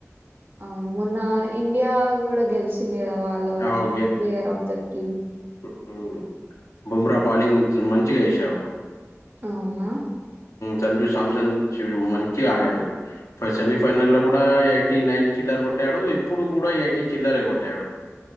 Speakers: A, on the right; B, on the left.
A: అవును మొన్న ఇండియా కూడా గెలిచింది కదా వాళ్ళ వల్ల
B: అవు
A: ప్లేయర్ ఆఫ్ ద టీమ్
B: మ్మ్ బుమ్రా బౌలిింగ్ మంచిగా వేసాడు
A: అవునా
B: సంజు సామ్సన్ మంచి ఆడాడు సెమీఫైనల్ లో కూడా ఐటి నైన్ చిల్లర్ కొట్టాడు ఇప్పుడు కూడా ఐటి చిల్లర కొట్టాడు